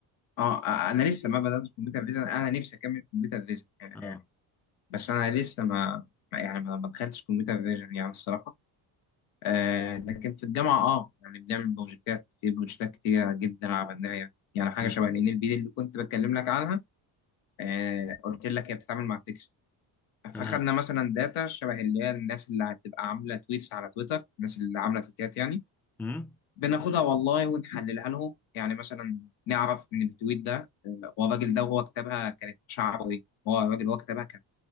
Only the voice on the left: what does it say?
اه انا لسه ما بداتش كمبيوتر فيجن انا نفسي اكمل كمبيوتر فيجن يعني
يعني بس انا لسه ما ما- يعني ما ما دخلتش كمبيوتر فيجن يعني الصراحه آه لكن في الجامعه اه يعني بنعمل بروجكتات في بروجكتات كتيره جدا عملناها يعني يعني حاجه
شبه ان ال بي اللي كنت بتكلم لك عنها آه قلت لك هي بتتعامل مع التكست
فاخدنا مثلا داتا شبه اللي هي الناس اللي بتبقى عامله تويتس على تويتر الناس اللي عامله تويتات يعني
بناخدها والله ونحللها لهم يعني مثلا نعرف من التويت ده آه، هو الراجل ده هو كتبها كانت شعره ايه هو الراجل هو كتبها كان